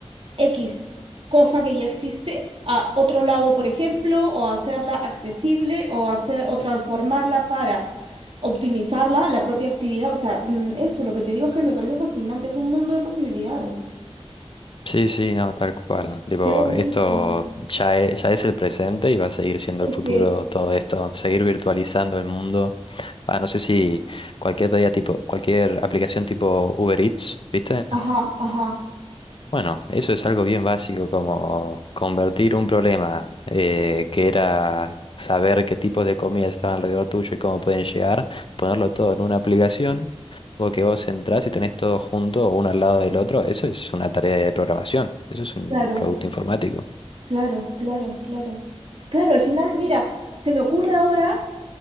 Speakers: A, on the right; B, on the left.
A: X cosa que ya existe a otro lado, por ejemplo, o hacerla accesible, o hacer, o transformarla para optimizarla, la propia actividad. O sea, mm, eso, lo que te digo es que me parece fascinante, es un mundo de posibilidades.
B: Sí, sí, no, tal cual. Tipo,
A: Qué bonito.
B: esto ya es, ya es el presente y va a seguir siendo
A: Eh,
B: el futuro
A: Sí,
B: todo esto, seguir virtualizando el mundo. Ah, no sé si cualquier pedida tipo, cualquier aplicación tipo Uber Eats, ¿viste?
A: ajá, ajá,
B: Bueno, eso es algo bien básico, como convertir un problema eh, que era saber qué tipos de comida están alrededor tuyo y cómo pueden llegar, ponerlo todo en una aplicación, o que vos entrás y tenés todo junto uno al lado del otro, eso es una tarea de programación, eso es un
A: claro,
B: producto informático.
A: claro, claro, claro. Claro, al final, mira, se me ocurre ahora,